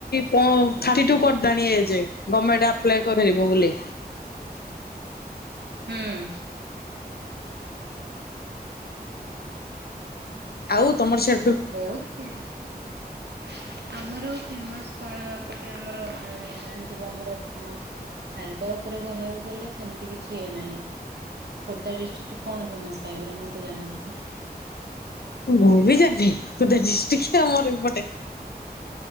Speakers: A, on the left; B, on the right.
A: ପ ଥାଟି ଟୁ କରିଦେଲାନି ଏଜେ ଗମେଣ୍ଟ୍ ଆପ୍ଲାଏ କରିିଇବ ବୋଲି।
B: <inaudible> ହୁଁ।
A: ଆଉ ତମର ସେ
B: ବହୁତ <unintelligible> ଆମର ଫେମସ କଣ ଏପଟେ ଆମର ଅ ଜାଣି ଥିବ ଆମର ଖାଇବା ଉପରେ କହିବାକୁ ଗଲେ ସେମିତି କିଛି ହେଏ ନାହିଁ। ଖୋର୍ଦ୍ଧା ଡିଷ୍ଟ୍ରିକ୍ଟ କଣ ଫେମସ ଖାଇପାରେ ମୁଁ ତ ଜାଣିନି
A: ମୁ ବି ଯେ କତେଷ୍ିକ ମରେପଟେ